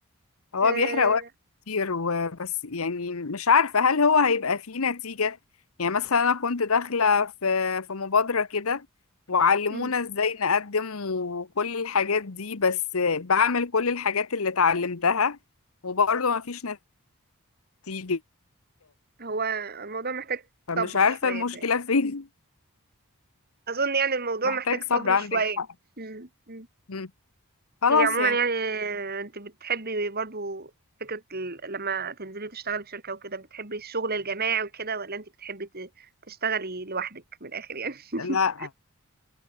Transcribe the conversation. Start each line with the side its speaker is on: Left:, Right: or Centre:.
Left: هو
Right: آه،
Left: بيحرق وقت كتير وبس يعني مش عارفة هل هو هيبقى فيه نتيجة يعني مثلا أنا كنت داخلة في في مبادرة كده وعلمونا
Right: أمم.
Left: ازاي نقدم وكل الحاجات دي بس بعمل كل الحاجات اللي اتعلمتها وبرضه مفيش نتيجة
Right: هو الموضوع محتاج
Left: فمش
Right: صبر
Left: عارفة
Right: شوية
Left: المشكلة
Right: بتاعي.
Left: فين
Right: أظن يعني
Left: <laughs>
Right: الموضوع
Left: محتاج
Right: محتاج
Left: صبر
Right: صبر
Left: عندك
Right: شوية
Left: حق
Right: أمم. أمم.
Left: مم. خلاص
Right: في عموما
Left: يعني
Right: يعني آه، انت بتحبي برضو فكرة ال- لما تنزلي تشتغلي في شركة وكده بتحبي الشغل الجماعي وكده ولا انت بتحبي ت- تشتغلي لوحدك من الآخر يعني <laughs>
Left: لا